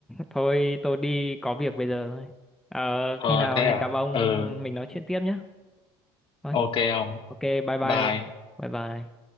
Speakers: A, in the centre; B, on the left (about 45°).
A: thôi tôi đi có việc bây giờ thôi ờ,
B: ờ
A: khi nào
B: thế
A: hẹn
B: à
A: gặp ông
B: ừ
A: mình nói chuyện tiếp nhé thôi
B: ok không
A: ok bye bye
B: Bye
A: ông
B: bye.
A: bye bye